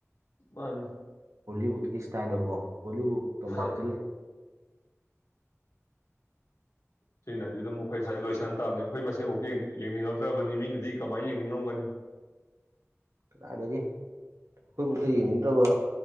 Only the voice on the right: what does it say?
ꯍ ꯎꯠꯀꯤꯁ ꯇꯥꯏꯗꯀꯣ ꯣꯕꯨꯗ
ꯃꯥꯥꯡꯁꯤ ꯂꯩ
ꯀꯗꯥꯏꯒꯦ ꯑꯩꯈꯣꯏꯕꯨꯥꯎꯗ ꯌꯦꯡꯅꯤꯡꯗ꯭ꯔꯕ